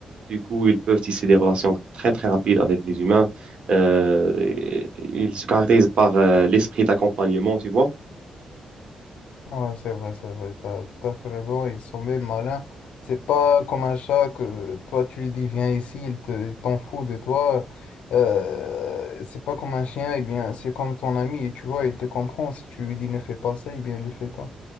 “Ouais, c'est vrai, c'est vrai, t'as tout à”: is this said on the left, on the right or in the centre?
Left